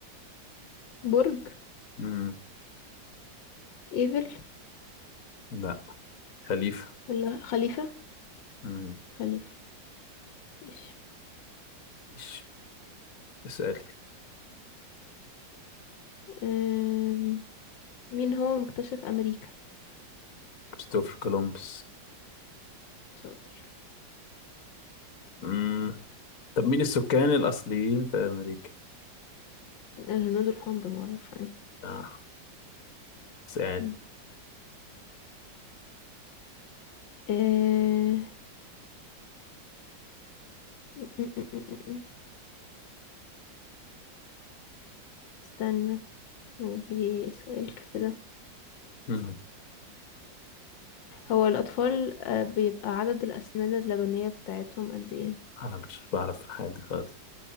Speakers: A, on the left; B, on the left.
A: برج
B: مم.
A: ايفل
B: لا خليفة
A: ولا خليفة
B: مم.
A: خليفة ماشي
B: مش اسألي
A: آم، مين هو مكتشف امريكا
B: كريستوفر كولومبس
A: شاطر
B: مم. طب مين السكان الأصليين في أمريكا
A: الهنود الحمر معروفة يعني
B: آه اسألي
A: مم. آه، م- م- م- م- م. استنى نجيلي سؤال كده
B: مم.
A: هو الأطفال آه، بيبقى عدد الأسنان اللبنية بتاعتهم قد ايه؟
B: أنا مش بعرف حاجة خالص